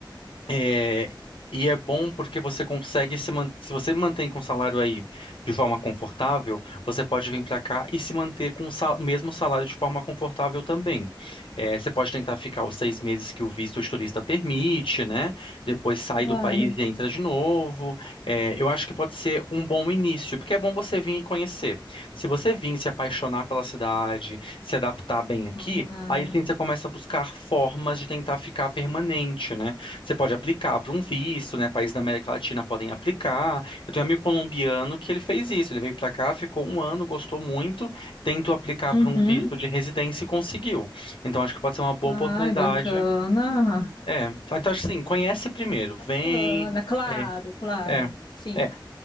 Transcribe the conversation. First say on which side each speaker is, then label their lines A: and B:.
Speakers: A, on the left; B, on the left.
A: É, e é bom porque você consegue se man... se você mantém com o salário aí de forma confortável, você pode vir para cá e se manter com o sal- o mesmo salário de forma confortável também. É, você pode tentar ficar os seis meses que o visto de turista permite, né? Depois sai
B: Claro,
A: do país e entra de novo. É, eu acho que pode ser um bom início, porque é bom você vir e conhecer. Se você vir se apaixonar pela cidade, se adaptar bem
B: claro.
A: aqui, aí sim você começa a buscar formas de tentar ficar permanente, né? Você pode aplicar para um visto, né? Países da América Latina podem aplicar. Eu tenho um amigo colombiano que ele fez isso. Ele veio para cá, ficou um ano, gostou muito, tentou aplicar
B: Uhum.
A: para um visto de residência e conseguiu. Então acho que pode ser uma boa
B: Ai,
A: oportunidade.
B: bacana.
A: É. Então acho assim, conhece primeiro, vem.
B: Bacana. Claro,
A: É,
B: claro.
A: é,
B: Sim.
A: é.